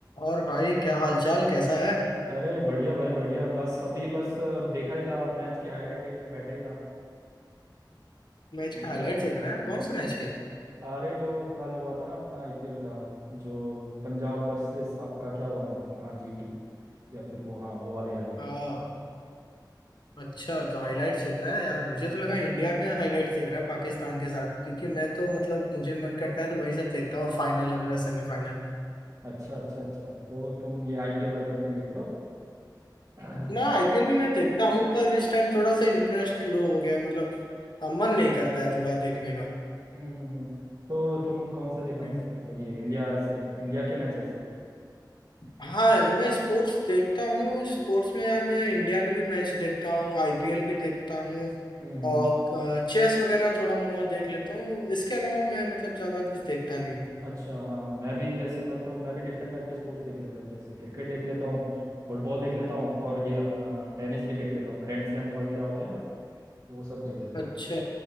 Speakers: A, on the left; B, on the right.
A: और भाई क्या हालचाल कैसा है
B: अरे बढ़िया भाई बढ़िया बस अभी बस अ, देखा ही था मैच की हाईलाइट देखने बैठा ही था
A: मैच
B: हम्म।
A: के हाईलाइट देख रहे हैं कौन से मैच के
B: अरे जो कल हुआ था ना अपना आईपीएल का जो पंजाब वर्सेस आपका क्या हुआ था आपका हाँ जीटी या फिर वो हाँ वो वाली हाईलाइट
A: हाँ अच्छा तो हाईलाइट देख रहा है यार मुझे तो लगा इंडिया के हाईलाइट देख रहा है पाकिस्तान के साथ क्योंकि मैं तो मतलब मुझे मन करता है तो वही सब देखता हूँ फाइनल वगैरह सेमीफाइनल
B: अच्छा अच्छा अच्छा तो तुम ये आईपीएल वाईपीएल नहीं देखते हो <clears throat> हम्म
A: ना आईपीएल भी मैं देखता हूँ पर इस टाइम थोड़ा सा इंटरेस्ट लो हो गया है, मतलब अ, मन नहीं करता है थोड़ा देखने का
B: हम्म, हम्म। तो तुम कौन सा देखना
A: हम्म।
B: पसंद करते हो ये इंडिया से इंडिया के मैचेस
A: हाँ यार मैं स्पोर्ट्स देखता हूँ स्पोर्ट्स में यार मैं इंडिया के भी मैच देखता हूँ आईपीएल भी देखता हूँ
B: हम्म
A: और चेस वगैरह थोड़ा मोड़ा देख लेता हूँ इसके अलावा मैं मतलब ज्यादा कुछ देखता नहीं
B: अच्छा हाँ मैं भी जैसे मैं तो मैं भी डिफरेंट टाइप के स्पोर्ट्स देख लेता हूँ जैसे क्रिकेट देख लेता हूँ फुटबॉल देख लेता हूँ और ये अपना टेनिस भी देख लेता हूँ ग्रैंड स्लैम वगैरह होते हैं ना वो सब देख लेता
A: अच्छा
B: हूँ